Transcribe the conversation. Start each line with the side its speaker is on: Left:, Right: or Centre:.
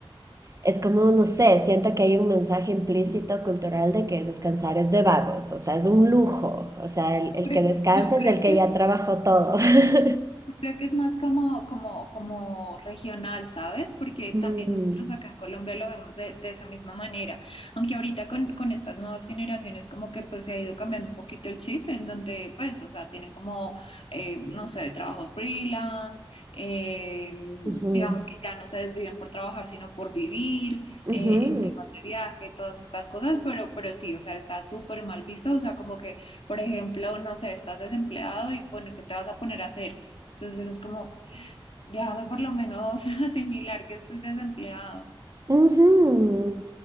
Right: Es como, no sé, siento que hay un mensaje implícito cultural de que descansar es de vagos, o sea, es un lujo, o sea, el, el
Left: pero
Right: que descansa
Left: yo creo
Right: es el que
Left: que
Right: ya trabajó todo. <laughs>
Left: Yo creo que es más como, como, como regional, ¿sabes? Porque también
Right: Mm,
Left: nosotros acá en Colombia lo vemos de, de esa misma manera. Aunque ahorita con, con estas nuevas generaciones como que pues se ha ido cambiando un poquito el chip en donde pues, o sea, tienen como, eh, no sé, trabajos freelance, eh, digamos
Right: ujú,
Left: que ya no se desviven por trabajar, sino por vivir,
Right: ujú,
Left: eh, en temas de viaje, todas estas cosas, pero, pero sí, o sea, está súper mal visto, o sea, como que, por ejemplo, no sé, estás desempleado y bueno, ¿qué te vas a poner a hacer? Entonces uno es como, déjame por lo menos <laughs> asimilar que estoy desempleado.
Right: ujú.